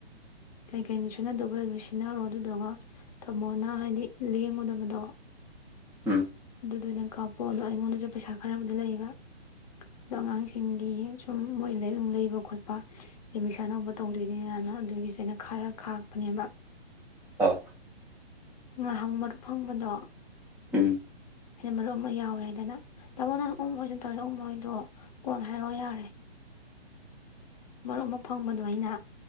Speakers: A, on the left (about 35°); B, in the centre.
A: ꯀꯩꯀꯩꯅꯣ ꯁꯤꯟꯅꯗꯧꯕ ꯑꯗꯨ ꯁꯤꯖꯤꯟꯅꯔꯣ ꯑꯗꯨꯗꯨꯒ ꯇꯥꯃꯣꯅ ꯍꯥꯏꯗꯤ ꯂꯦꯡꯉꯨꯗꯕꯗꯣ
B: ꯎꯝ
A: ꯑꯗꯨꯗ ꯑꯣꯏꯅ ꯀꯥꯞꯄꯣ ꯑꯗꯣ ꯑꯩꯉꯣꯟꯗꯁꯨ ꯄꯩꯁꯥ ꯈꯔꯕꯨꯗꯤ ꯂꯩꯕ ꯑꯗꯣ ꯑꯉꯥꯡꯁꯤꯡꯒꯤ ꯁꯨꯝ ꯃꯣꯏ ꯂꯩꯅꯨꯡ ꯂꯩꯕ ꯈꯣꯠꯄ ꯑꯦꯠꯃꯤꯁꯟ ꯍꯧꯕ ꯇꯧꯗꯣꯏꯅꯦꯅꯅ ꯑꯗꯨꯒꯤꯁꯦ ꯑꯩꯅ ꯈꯔ ꯀꯥꯛꯄꯅꯦꯕ
B: ꯑꯣ
A: ꯉꯥꯏꯍꯥꯛ ꯃꯔꯨꯞ ꯐꯪꯕꯗꯣ
B: ꯎꯝ
A: ꯍꯥꯏꯗꯤ ꯃꯔꯨꯞ ꯑꯃ ꯌꯥꯎꯋꯦ ꯍꯥꯏꯗꯅ ꯇꯥꯃꯣ ꯅꯍꯅ ꯎꯝ ꯍꯣꯏꯁꯨ ꯇꯧꯔ ꯎ ꯍꯣꯏꯗꯣ ꯀꯣꯟ ꯍꯥꯏꯔꯛꯑꯣ ꯌꯥꯔꯦ ꯃꯔꯨꯞ ꯑꯃ ꯐꯪꯕꯗꯣ ꯑꯩꯅ